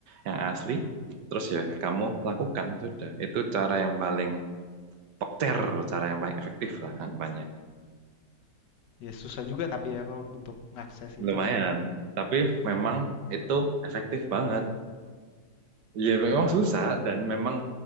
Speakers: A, on the right; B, on the left.
A: yang asli, terus ya kamu
B: Hmm.
A: lakukan sudah. Itu cara yang paling pokter, cara yang paling efektif lah harapannya.
B: ya susah juga tapi ya kok untuk ngakses itu
A: Lumayan,
B: kan.
A: tapi memang itu efektif banget. Ya
B: Iya
A: memang
B: iya.
A: susah
B: iya.
A: dan memang